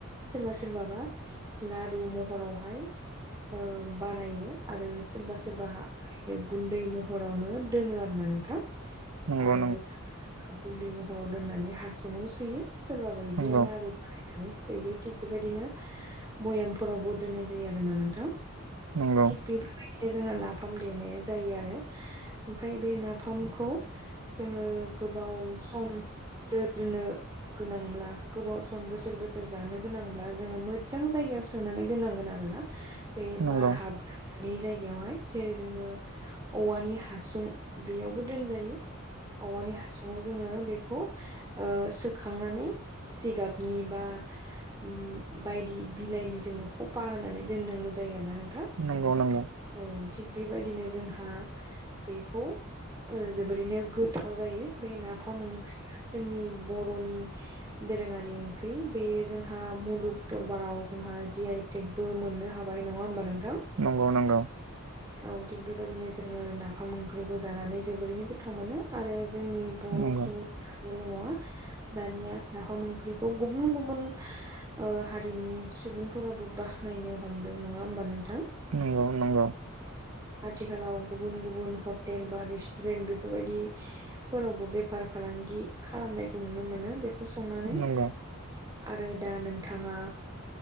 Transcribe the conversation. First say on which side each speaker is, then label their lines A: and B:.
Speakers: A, on the right; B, on the right.
A: सोरबा सोरबाबा लारु महरावहाय ओ बानायो आरो सोरबा सोरबा ओरैनो गुन्दै महरावनो दोनो आरो ना नोंथां आरो
B: नंगौ नंगौ
A: सोरबा सोरबा गुन्दै महराव दोननानै हासुङाव सोयो सोरबा बायदिया
B: नंगौ
A: लारु बानायनानै यो थिग बेबायदिनो भयामफोरावबो दोननाय जायो आरोना नोंथां
B: नंगौ
A: थिग बेफोरबायदि बिदिनो जोङो नाफाम देनाय जायो आरो ओमफ्राय बे नाफामखौ जोङो गोबाव सम जोरनो गोनांब्ला गोबाव सम बोसोर बोसोर जानो गोनांब्ला जोङो मोजां जायगायाव सोनानै दोननांगोन आरो बे
B: नंगौ
A: बार हाबनो मोनै नि जायगायावहाय जेरै जोङो औवानि हासुं बेयावबो दोनजायो औवानि हासुङाव जोङो बेखौ ओ सोखांनानै जिगाबनि बा ओम बायदि बिलाइनि जोङो सफा होनानै दोननांगौ जा जायो आरोना नोंथां
B: नंगौ नंगौ
A: औ थिग बेबायदिनो जोंहा बेखौ जोबोरैनो गोथाव जायो बे नाफोराव फख्रिया जोंनि बर'नि दोरोङारि ओंख्रि बेयो जोंहा मुलुग दरबाराव जोंहा जि आइ टेकबो मोननो हाबाय नङा होमबा नोंथां
B: नंगौ नंगौ
A: औ थिग बेबायदिनो जोङो नाफाम ओंख्रिखौ जानानै जोबोरैनो गोथाव मोनो आरो जोंनि बर'
B: नंगौ
A: सुबुं रियाल' नङा दानिया नाफाम ओंख्रिखौ गुबुन गुबुन हारिनि सुबुंफोराबो बाख्नायनो हमदों नङा होमबा नों-
B: नंगौ नंगौ।
A: आथिखालाव गुबुन गुबुन हटेल बा रेस्टुरेन्ट बेफोरबायदि फोरावबो बेफार फालांगि खालामनायखौ नुनो मोनो बेखौ संनानै
B: औ
A: आरो दा नोंथाङा